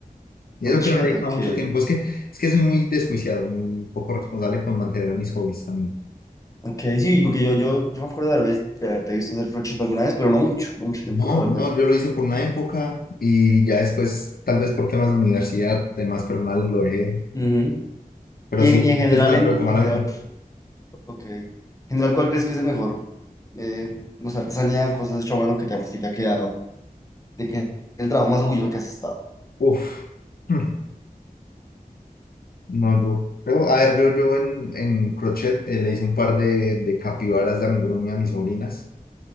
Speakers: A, on the left; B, on the left.
A: Yo
B: Crochet,
A: creo que no le he dedicado
B: ok.
A: mucho tiempo. Es que, es que soy muy desjuiciado, muy poco responsable con mantener mis hobbies también.
B: Ok, sí, porque yo, yo, yo me acuerdo de haber ves- de haberte visto hacer crochet alguna vez, pero no mucho, no mucho tiempo,
A: No,
B: la verdad.
A: no, yo lo hice por una época y ya después, tal vez por temas de universidad, temas personales, lo dejé.
B: Ujú.
A: Pero
B: Y,
A: sí,
B: en, y en
A: he
B: general,
A: pensado en
B: en,
A: retomar
B: en
A: algo.
B: general, ok. En general, ¿cuál crees que es el mejor? Eh, no sé, artesanía, cosas de a mano que te, que te ha quedado. De qué el trabajo más orgulloso que has estado.
A: Uf, hmm, no, yo. Pero, a ver, yo, yo en, en crochet eh, le hice un par de, de capibaras de amigurumi a mis sobrinas.